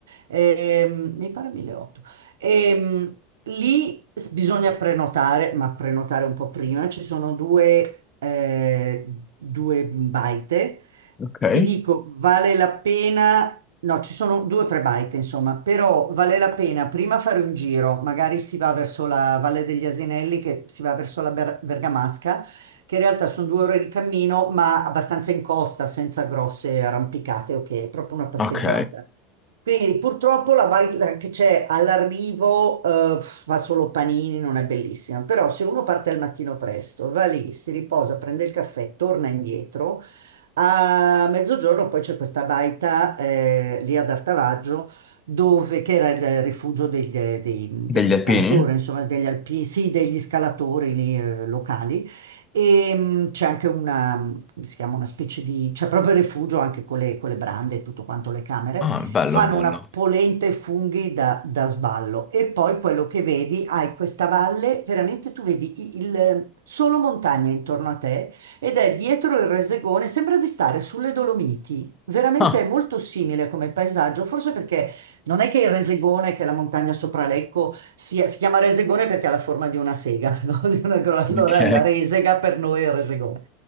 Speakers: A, on the right; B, on the left.
A: Ehm, mi pare 1800. Ehm, Lì s- bisogna prenotare, ma prenotare un po' prima. Ci sono due, eh, due baite.
B: Ok.
A: Ti dico, vale la pena. No, ci sono due o tre baite, insomma, però vale la pena prima fare un giro, magari si va verso la Valle degli Asinelli, che si va verso la Ber- Bergamasca, che in realtà sono due ore di cammino, ma abbastanza in costa, senza grosse arrampicate, ok, è proprio una passeggiata.
B: Ok.
A: Quindi purtroppo la baita che c'è all'arrivo, eh, fa solo panini, non è bellissima. Però se uno parte al mattino presto, va lì, si riposa, prende il caffè, torna indietro, a mezzogiorno poi c'è questa baita eh, lì ad Artavaggio, dove, che era il rifugio degli, eh, dei-
B: Degli
A: degli
B: alpini?
A: scalatori, insomma degli alpini, sì, degli scalatori lì, eh, locali. E mh, c'è anche una, mh, come si chiama, una specie di, c'è proprio il rifugio anche con le, con le brande e tutto quanto, le camere.
B: Ah, bello,
A: Fanno
B: bello.
A: una polenta e funghi da, da sballo. E poi quello che vedi, hai questa valle, veramente tu vedi i- il, solo montagne intorno a te ed è dietro il Resegone, sembra di stare sulle Dolomiti, veramente
B: Ah,
A: è molto simile come paesaggio, forse perché non è che il Resegone, che è la montagna sopra Lecco, sia- si chiama Resegone perché ha la forma di una sega, <laughs> no? Di una gro- allora
B: ok.
A: la resega per noi è il Resegone.